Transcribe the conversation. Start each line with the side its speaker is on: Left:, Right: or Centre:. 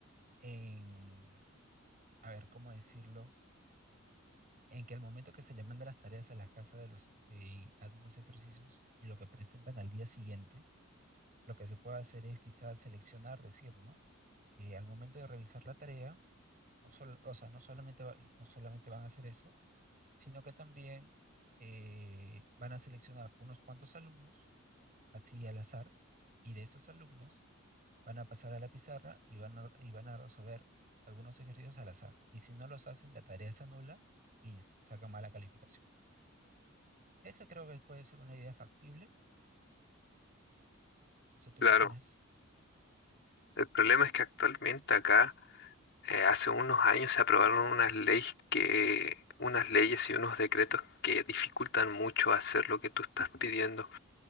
Right: en, a ver, ¿cómo decirlo? En que al momento que se le mandan las tareas a las casas de los, eh, y hacen los ejercicios y lo que presentan al día siguiente, lo que se puede hacer es quizás seleccionar, decir, ¿no? Que al momento de revisar la tarea, no sol- o sea, no solamente, va- no solamente van a hacer eso, sino que también eh, van a seleccionar unos cuantos alumnos, así al azar, y de esos alumnos van a pasar a la pizarra y van a, y van a resolver algunos ejercicios al azar. Y si no los hacen, la tarea se anula y s- sacan mala calificación. Esa creo que puede ser una idea factible. No sé, ¿tú
Left: claro,
Right: qué opinas?
Left: el problema es que actualmente acá Eh, hace unos años se aprobaron unas leyes que, unas leyes y unos decretos que dificultan mucho hacer lo que tú estás pidiendo.